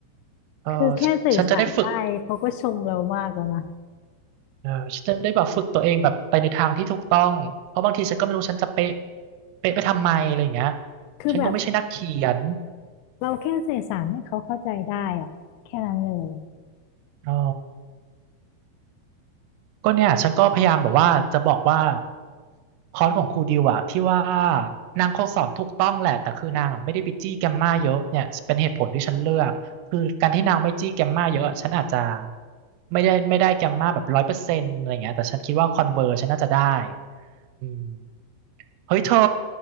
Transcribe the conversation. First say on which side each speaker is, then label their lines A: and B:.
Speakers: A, on the right (about 85°); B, on the left (about 85°).
A: เออฉนฉันจะได้ฝึก
B: คือแค่สื่อสารได้เขาก็ชมเรามากแล้วนะ
A: เออฉันจะได้แบบฝึกตัวเองแบบไปในทางที่ถูกต้องเพราะบางทีฉันก็ไม่รู้ฉันจะเป๊ะเป๊ะไปทำไมอะไรอย่างเงี้ย
B: คือแบบ
A: ฉันก็ไม่ใช่นักเขียน
B: เราแค่สื่อสารให้เขาเข้าใจได้อะแค่นั้นเลย
A: อ๋อ ก็เนี่ยฉันก็พยายามแบบว่าจะบอกว่าคอร์สของครูดิวอะที่ว่านางคงสอนถูกต้องแหละแต่คือนางอะไม่ได้ไปจี้แกมมาเยอะเนี่ยเป็นเหตุผลที่ฉันเลือกคือการที่นางไม่จี้แกมมาเยอะฉันอาจจะไม่ได้ไม่ได้แกมมาแบบร้อยเปอร์เซ็นต์อะไรเงี้ยแต่ฉันคิดว่าคอนเวอร์ฉันน่าจะได้อืมเฮ้ยเธอ